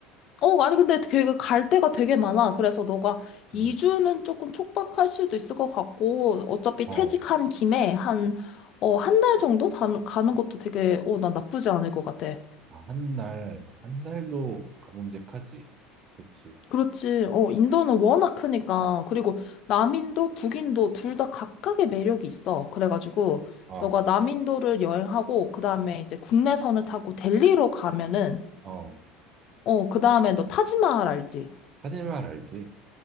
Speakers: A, on the left (about 50°); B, on the right (about 40°).
A: 어, 아니, 근데 되게 갈 데가 되게 많아. 그래서 너가 2주는
B: 응.
A: 조금 촉박할 수도 있을 것 같고, 어차피
B: 어.
A: 퇴직한 김에 한, 어, 한 달 정도 다- 가는 것도 되게, 어, 난 나쁘지 않을 것 같아.
B: 아, 한 달, 한 달도 가뭄직하지. 그치.
A: 그렇지. 어, 인도는 워낙 크니까. 그리고 남인도 북인도 둘 다 각각의 매력이 있어. 그래가지고
B: 어,
A: 너가 남인도를 여행하고 그다음에 이제 국내선을 타고 델리로 가면은
B: 어.
A: 어, 그다음에 너 타지마할 알지?
B: 사진만 알지.